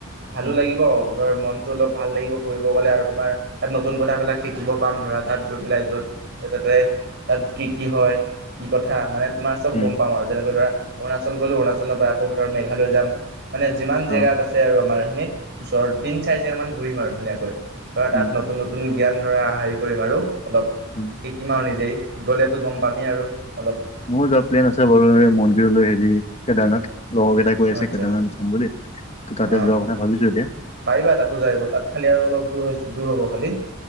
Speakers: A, on the right; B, on the left.
A: ভালো
B: উম
A: লাগিব, ধৰ মনতটো অলপ ভাল লাগিব ফুৰিব গলে আৰু তোমাৰ তাত নতুন কথাবিলাক শিকিব পাম ধৰা তাত গৈ পেলাই য'ত তাতে তাত কি, কি, হয়, কি কথা মানে তোমাৰ চব
B: উম
A: গম পাম আৰু, যেনেকৈ ধৰা অৰুণাল গলো অৰুণাচল নপ আকৌ ধ মেঘালয় যাম মানে যিমান জেগাত
B: অ
A: আছে আৰু আমাৰ সখিনিত ওচৰত তিন চাৰি জেগা মান ঘূৰিম আৰু ধুনীয়াকৈ। ধৰা তাত
B: উম
A: নতুন নতুন জ্ঞান ধৰা হেৰি কৰিম আৰু অলপ
B: উম,
A: শিকিম আৰু নিজেই, গ'লেতো গম পামেই আৰু অলপ।
B: মোৰ যোৱা প্লেন আছে বাৰু মন্দিৰলৈ হেৰি কেদাৰনাথ লগৰ কেইটাক কৈ আছে
A: আচ্ছা
B: কেইটামান যাম বুলি দেই তাতে
A: অঁ
B: যোৱা কথা ভাবিছো এতিয়া।
A: পাৰিবা তাতো যায়িব তাত খালি আৰু অলপ দূৰ দূৰ হ'ব খালি।